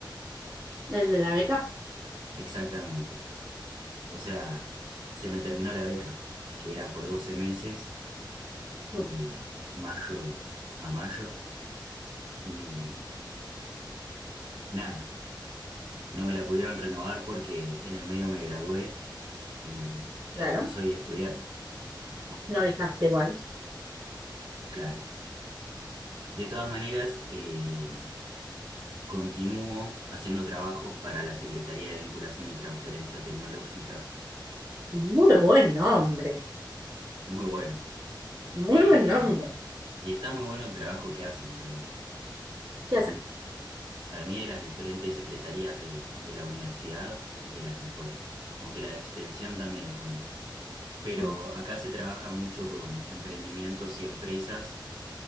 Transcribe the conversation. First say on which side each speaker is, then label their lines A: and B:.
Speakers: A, on the right (about 35°); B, on the right (about 80°).
A: ¿El de la beca?
B: exactamente. O sea, se me terminó la beca, que era por 12 meses,
A: Mm,
B: de mayo a mayo, y nada, no me la pudieron renovar porque en el medio me gradué y ya
A: Claro.
B: no soy estudiante,
A: No avisaste igual.
B: claro. De todas maneras, eh, continúo haciendo trabajos para la Secretaría de Vinculación y Transferencia Tecnológica,
A: Muy buen nombre.
B: muy bueno,
A: Muy
B: que,
A: buen nombre.
B: y está muy bueno el trabajo que hacen también.
A: ¿Qué hacen?
B: Para mí de las diferentes secretarías de, de la universidad es de las mejores, aunque la de extensión también es buena. Pero
A: Mm.
B: acá se trabaja mucho con emprendimientos y empresas